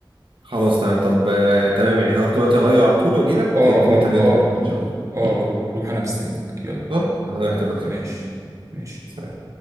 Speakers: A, on the right; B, on the right.
A: خلاص تمام طب آه، تمام يعني هروح دلوقتي اغير على طول واجي لك
B: اه
A: تديني
B: اه
A: تمرين
B: اه
A: البطن ان شاء الله
B: اه روح روح انا مستنيك يلا
A: صح؟ انا رايح دلوقتي
B: ماشي
A: أهو.
B: ماشي
A: سلام